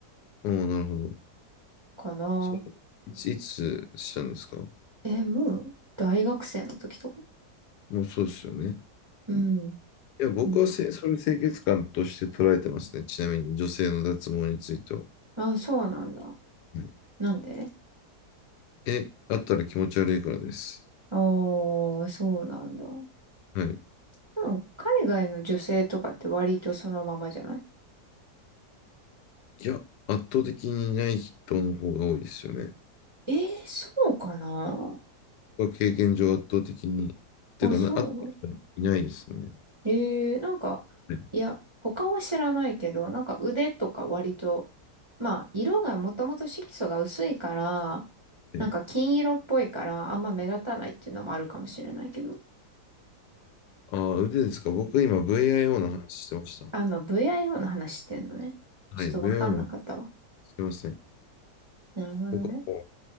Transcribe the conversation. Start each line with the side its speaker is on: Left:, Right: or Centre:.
Left: おー、なるほど。
Right: かな。
Left: それ、いつ、いつしたんですか
Right: え、もう大学生の時とか。
Left: もうそうですよね。
Right: うん。
Left: いや、僕はせ、
Right: うん
Left: それ清潔感として捉えてますね。ちなみに女性の脱毛については。
Right: あ、そうなんだ。
Left: はい
Right: なんで
Left: え、あったら気持ち悪いからです。
Right: ああー、そうなんだ。
Left: はい。
Right: でも海外の女性とかって割とそのままじゃない
Left: いや、圧倒的にない人の方が多いですよね。
Right: えー、そうかな。
Left: は経験上圧倒的に、っていうかな、
Right: あ、そう
Left: あった人いないですね。
Right: えー、なんか、
Left: は
Right: いや、他は知らないけど、なんか腕とか割と、まあ、色がもともと色素が薄いから、
Left: い。
Right: なんか金色っぽいから、あんま目立たないっていうのもあるかもしれないけど。
Left: ああ、腕ですか。僕今 VIO の話してました。
Right: あ、まあ、VIO の話してんのね。
Left: はい、
Right: ちょっとわかんなかったわ。
Left: VIO の、すいません。
Right: なるほどね。
Left: 僕はも